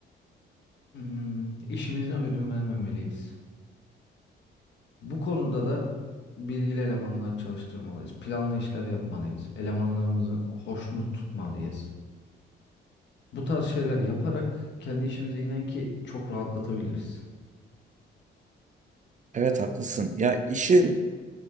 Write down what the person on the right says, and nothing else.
Evet haklısın. Ya işin